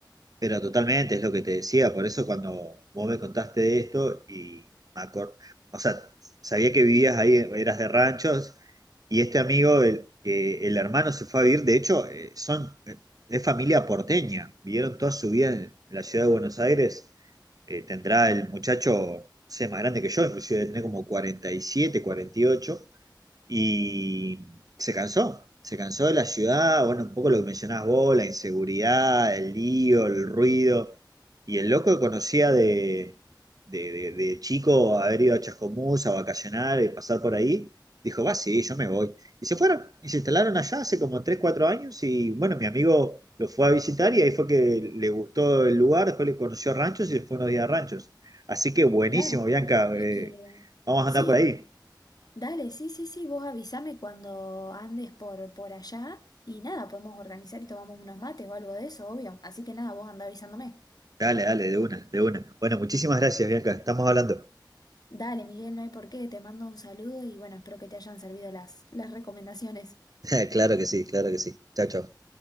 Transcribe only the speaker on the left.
Claro,
es
que
Sí,
dale, sí, sí, sí, vos avísame cuando andes por, por allá y nada, podemos organizar y tomamos unos mates o algo de eso, obvio. Así que nada, vos andá avisándome.
Dale, Miguel, no hay por qué, te mando un saludo y bueno, espero que te hayan servido las, las recomendaciones.